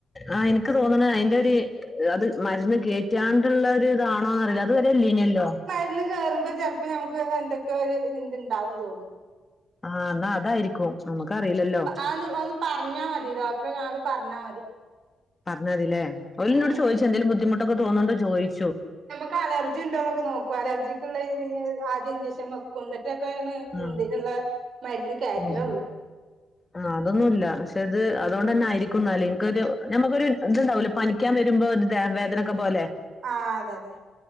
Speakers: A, on the left; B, on the right.
A: ആഹ് എനിക്ക് തോന്നണ അയിന്റെരു അത് മരുന്ന് കേറ്റാ ള്ള ഇതാണോന്ന് അറിയില്ല അതെരെ ഇല്ലേനല്ലോ
B: ന്ന് കേറുമ്പോ ചിലപ്പോ നമുക്ക് എന്തൊക്കെ ഒരു ഇതു ഉണ്ടാവും തോന്ന്‌
A: ആഹ് എന്നാ അതായിരിക്കും നമ്മുക്കറിയില്ലല്ലോ
B: അന്ന് വന്ന് പറഞ്ഞാ മതി ഡോക്ടറെട് പറഞ്ഞാ മതി
A: പറഞ്ഞാതില്ലേ ഓല്നോട്
B: ഉം
A: ചോയിച്ചു എന്തെലും ബുദ്ധിമുട്ടൊക്ക തോന്നുണ്ടോ ചോയിച്ചു
B: ക്കെ അലർജിണ്ടോന്നൊക്കെ നോക്കു അലർജിക്ക്ള്ള ആദ്യ ഇഞ്ചെക്ഷൻ വെക്കു എന്നി ക്കെയാണ് എന്തിനുള്ള
A: ആഹ്
B: മരുന്ന് കെറ്റലുള്ളു
A: ഉം ആഹ് അതൊന്നുല്ല ക്ഷെ അത് അതുകൊണ്ടന്നെയിരിക്കും എന്നാല് ഇൻക്കൊരു നമുക്കൊരു ഇതുണ്ടാവല പനിക്കാ വരുമ്പോ ഇതെ വേദനൊക്കെ പോലെ
B: ആഹ് അതെ അതെ